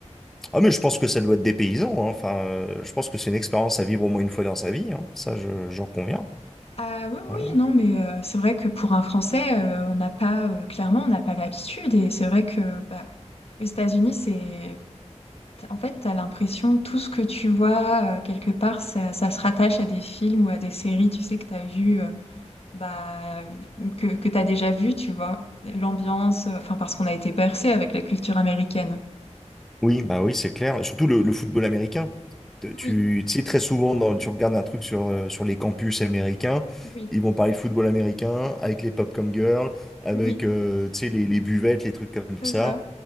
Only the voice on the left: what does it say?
Ah oui,
oui, non, mais euh, c'est vrai que pour un Français, euh, on n'a pas, euh, clairement, on n'a pas l'habitude. Et c'est vrai que bah, aux États-Unis, c'est, en fait, t'as l'impression, tout ce que tu vois, euh, quelque part, ça, ça se rattache à des films ou à des séries, tu sais, que t'as vu, euh, bah, mmh, que, que t'as déjà vu, tu vois. L'ambiance, euh, enfin, parce qu'on a été bercé avec la culture américaine.
Oui,
oui,
oui,
c'est
ça.